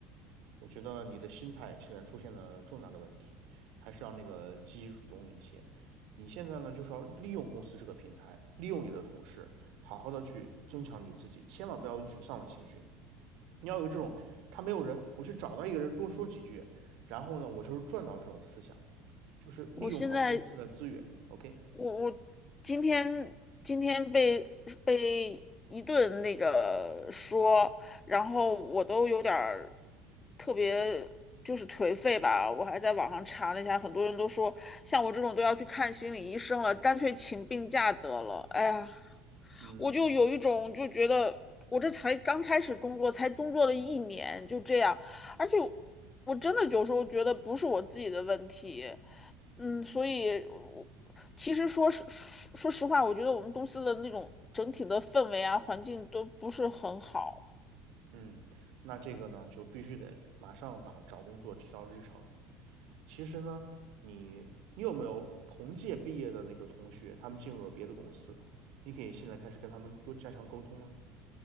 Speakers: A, on the right; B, on the left.
A: 我觉得你的心态现在出现了重大的问题，还是要那个积极主动一些。你现在呢，就是要利用公司这个平台，利用你的同事，好好的去增强你自己，千万不要有沮丧的情绪。你要有这种，他没有人，我去找到一个人多说几句，然后呢，我就是赚到这种思想，就是利用好公司的资源。
B: 我现在，
A: OK，
B: 我我今天今天被被一顿那个说，然后我都有点儿特别就是颓废吧。我还在网上查了一下，很多人都说像我这种都要去看心理医生了，干脆请病假得了。哎呀，
A: 嗯。
B: 我就有一种就觉得我这才刚开始工作，才工作了一年就这样，而且我真的有时候觉得不是我自己的问题。嗯，所以我其实说实说实话，我觉得我们公司的那种整体的氛围啊，环境都不是很好。
A: 嗯，那这个呢，就必须得马上把找工作提到日程了。其实呢，你你有没有同届毕业的那个同学，他们进入了别的公司了？你可以现在开始跟他们多加强沟通了。